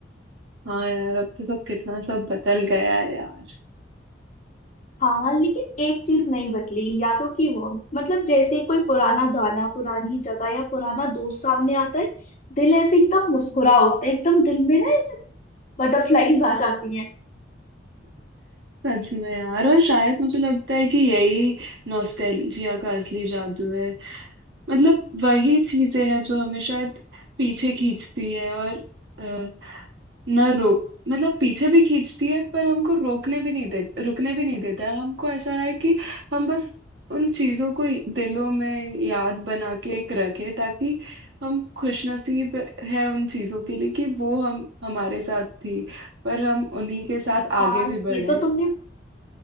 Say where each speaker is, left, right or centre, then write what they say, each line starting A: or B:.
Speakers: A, on the right; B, on the left.
A: हाँ यार अब तो सब कितना सब बदल गया है यार
B: हाँ लेकिन एक चीज नहीं बदली यादों की वो मतलब जैसे ही कोई पुराना गाना पुरानी जगह या पुराना दोस्त सामने आता है दिल ऐसे एकदम मुस्कुरा होता है एकदम दिल में ना ऐसे बटरफ्लाईज आ जाती हैं
A: सच में यार और शायद मुझे लगता है कि यही नॉस्टैल्जिया का असली जादू है मतलब वही चीजें हैं जो हमें शायद पीछे खींचती है और अ, न रोक मतलब पीछे भी खींचती है पर हमको रोकने भी नहीं देता रुकने भी नहीं देता है हमको ऐसा है कि हम बस उन चीजों को दिलों में याद बना के एक रखें ताकि हम खुशनसीब है उन चीजों के लिए कि वो हम हमारे साथ थी पर हम उन्हीं के साथ
B: हाँ
A: आगे भी बढ़े
B: ये तो तुमने